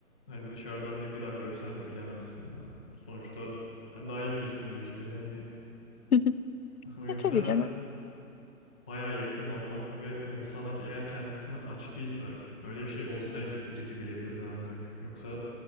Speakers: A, in the centre; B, on the left.
A: hani dışarıdan ne kadar görsen de bilemezsin ya. Sonuçta sen daha iyi bilirsin bu işleri yani. <laughs>
B: <laughs>
A: O yüzden
B: Ya tabii canım.
A: baya yakın olmak ve hani sana ki eğer kendisini açtıysa öyle bir şey olsaydı birisi bilebilirdi ancak. Yoksa